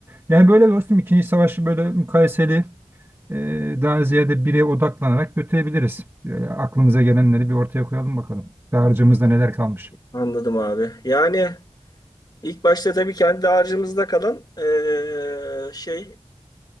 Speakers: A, on the right; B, on the left.
A: Yani böyle dostum İkinci Savaşı böyle mukayeseli e, daha ziyade bire odaklanarak götürebiliriz. Böyle aklımıza gelenleri bir ortaya koyalım bakalım. Dağarcığımızda neler kalmış.
B: Anladım abi. Yani ilk başta tabii kendi harcımızda kalan eee, şey